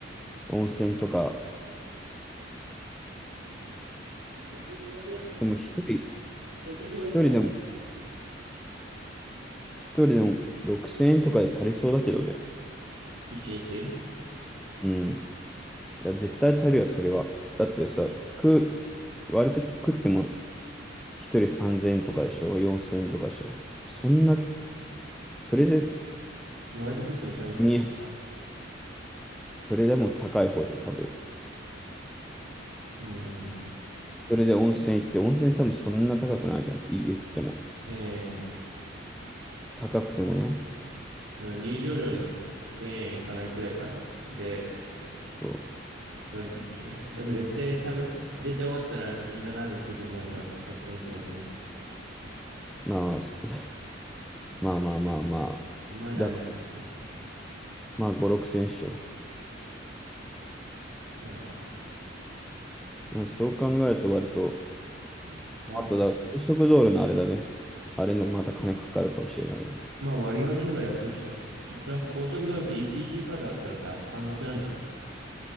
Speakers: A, in the centre; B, on the right (about 75°).
A: 温泉とか、
B: 食事がね、
A: でも一人、
B: 食事が一番
A: 一人でも、一人でも6000円とかで足りそうだけどね。
B: 一日
A: うん。いや、絶対足りるわ、それは。だってさ、食う、割と食っても一人3000円とかでしょ、4000円とかでしょ。そんなそれで、
B: 割と食っても3、4千円か。
A: にそれでも高い方じゃん、多分。
B: うんうん。
A: それで温泉行って、温泉多分そんな高くないじゃん、い言っても。
B: せ0 0
A: 高くてもね。
B: うん入場料で1000円いかないくらいかな。で、
A: そ
B: なんだっけ。でも絶対食べ、出て終わったらみんなラーメン食いたくなるからそっから1000円くらいだね。
A: う。まあ、そ <laughs> まあまあまあまあ。
B: うまいラーメンなんですよ。
A: だから、まあ5、6千勝。
B: せやな。
A: うんそう考えると割と、
B: うんわ、
A: あとだ、高速道路のあれだね。あれのまた金かかるかもしれないね。
B: まあ割り勘けば安いっしょ。とプラス高速道路で ETC カードあったらさ、半額なんでしょ